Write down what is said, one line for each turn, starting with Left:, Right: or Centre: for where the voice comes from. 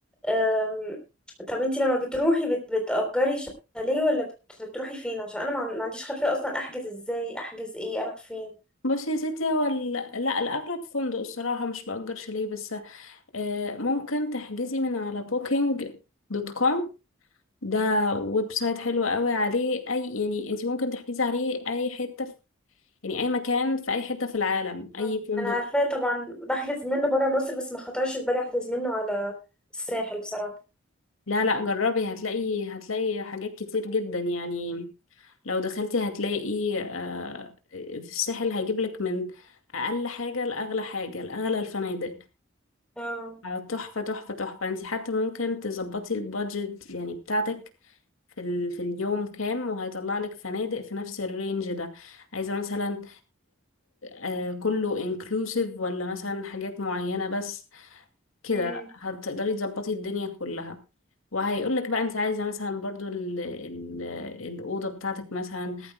Centre: أم، طب انت لما بتروحي بت بتأجري شاليه ولا بت- بتروحي فين عشان انا ما عن- ما عنديش خلفية اصلا احجز ازاي احجز ايه اروح فين
Left: بصي يا ستي هو ال- لا الأغلب فندق الصراحة مش بأجر شاليه بس آه، ممكن تحجزي من على بوكينج دوت كوم ده ويب سايت حلو قوي عليه اي يعني انت ممكن تحجزي عليه اي حته في يعني اي مكان في اي حته في العالم اي
Centre: أم.
Left: فندق
Centre: انا عارفاه طبعا بحجز منه بره مصر بس ما خطرش في بالي احجز منه على الساحل بصراحة
Left: لا لا جربي هتلاقي هتلاقي حاجات كتير جدا يعني لو دخلتي هتلاقي آه، في الساحل هيجيب لك من اقل حاجه لاغلى حاجه لاغلى الفنادق
Centre: اه
Left: آه، تحفه تحفه تحفه انت حتى ممكن تظبطي البادجت يعني بتاعتك في ال... في اليوم كام وهيطلع لك فنادق في نفس الرينج ده عايزة مثلا آه، كله انكلوسيف ولا مثلا حاجات معينة بس كده
Centre: مم.
Left: هتقدري تظبطي الدنيا كلها وهيقولك بقى انت عايزة مثلا برضو ال ال الأوضة بتاعتك مثلا